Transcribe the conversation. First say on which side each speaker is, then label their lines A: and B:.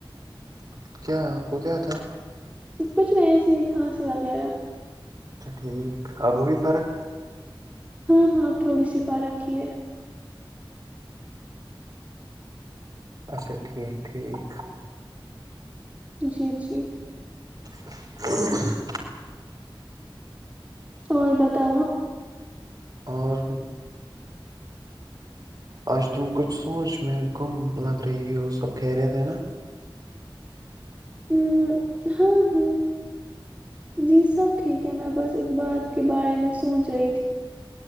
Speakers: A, on the right; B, on the right.
A: <inaudible>
B: کچھ نہیں ایسے ہی کھانسی وغیرہ
A: اچھا ٹھیک آبو بھی فرق
B: ہاں ہاں اپ تھوڑی صفا رک ہے
A: اچھا ٹھیک ٹھیک
B: جی جی
A: <inaudible>
B: اور بتاوا
A: اور آج تم کچھ سوچ میں گم لگ رہی ہے وہ سب خریت ہے نا
B: ہ ہاں ہاں جی سب ٹھیک ہے میں بس ایک بات کے بارے میں سوچ رہی تھی